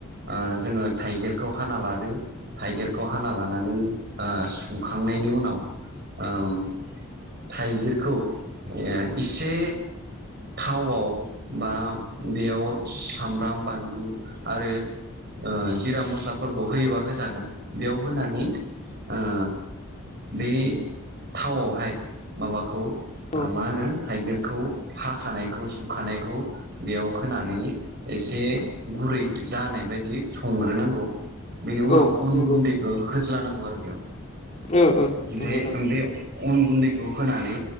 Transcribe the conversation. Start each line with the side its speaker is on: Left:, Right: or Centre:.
Right: ओ जोङो थाइगिरखौ हाना लादो थाइगिरखौ हाना लानानै ओ सुंखांनायनि उनाव ओम थाइगिरखौ इसे थावआव बा बेयाव सामब्राम बानलु आरो ओ जिरा मस्लाफोरखौ होयोबा होजागोन बेयाव होनानै ओ बे थावआवहाय माबाखौ
Left: औ
Right: मा होनो थाइगिर खौ हाखानायखौ सुखानायखौ बेयाव होनानै एसे गुरै जानाय बायदि संग्रोनांगौ। बेनि उनाव
Left: औ
Right: अन
Left: नंगौ
Right: गुन्दैखौ होज्ल नांगौ आरो बेयाव
Left: औ औ नंगौ नंगौ
Right: ओमफ्राय बे अन गुन्दै खौ होनानै